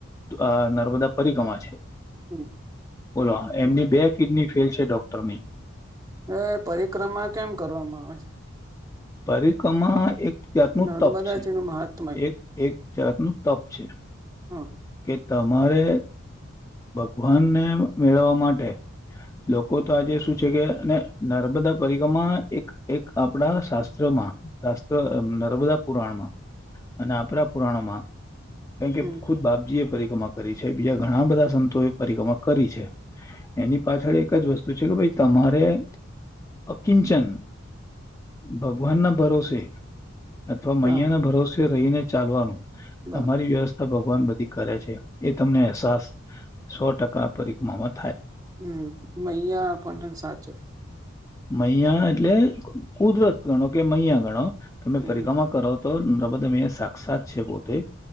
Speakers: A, on the left; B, on the right.
A: આ નર્મદા પરિક્રમા છે
B: હમ
A: બોલો એમની બે કિડની ફેલ છે ડોક્ટરની
B: એ પરિક્રમા કેમ કરવામાં આવે છે
A: પરિક્રમા એક જાત નું
B: નર્મદાજી
A: તપ છે
B: નું મહાત્મય
A: એક એક જતનુંું તપ છે
B: હ
A: કે તમારે ભગવાનને મેળવવા માટે લોકો તો આજે શું છે કે નર્મદા પરિક્રમા એક આપડા શાસ્ત્ર શાસ્ત્ર નર્મદા પુરાણમાં અને આપરા પુરાણોમાં કારણ
B: હમ
A: કે ખુદ ભ પરિક્રમા કરી છે બીજા ઘણા બધા સંતો એ પરિક્રમા કરી છે એની પાછળ એક જ વસ્તુ છે છે કે ભાઈ તમારે અ કિંચન ભગવાનના ભરોસે. અથવા મૈયા
B: હા
A: ના ભરોસે રહીને ચાલવાનું
B: બરાબર
A: તમારી વ્યવસ્થા ભગવાન બધી કરે છે એ તમને અહેસાસ સો ટકા પરિક્રમામા
B: હમ મૈયા આપણને સાચવે.
A: મૈયા એટલે કુદરત ગણો કે મૈયા ગણો તમે
B: હમ
A: પરિક્રમા કરો તો ન બધા મે સાક્ષાત છે પોતે